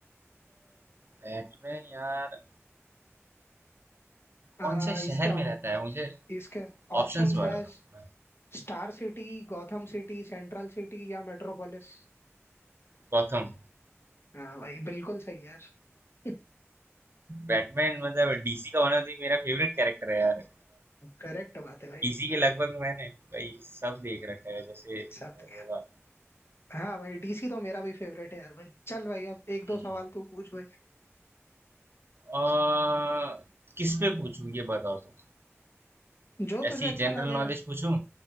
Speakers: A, on the right (about 50°); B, on the left (about 55°).
A: बैटमैन यार
B: आ,
A: कौन से शहर
B: इसके ऑ-
A: में रहता है मुझे
B: इसके ऑप्शंस
A: ऑप्शंस बताओ
B: है star city Gotham City Central City या मेट्रोपोलिस
A: गॉथम
B: हाँ भाई बिल्कुल सही यार <laughs>
A: बैटमैन मतलब डीसी का होना तो ये मेरा फेवरेट कैरेक्टर है यार
B: करेक्ट बात है भाई
A: डीसी के लगभग मैंने भाई सब देख रखा है जैसे तुमने
B: साथ
A: बोला
B: हाँ भाई डीसी तो मेरा भी फेवरेट है यार भाई चल भाई अब एक दो
A: हम्म।
B: सवाल तू पूछ भाई
A: आ, किस पे पूछूं ये बताओ तुम
B: जो तुझे
A: ऐसी
B: अच्छा
A: जनरल
B: लगे यार
A: नॉलेज पूछूं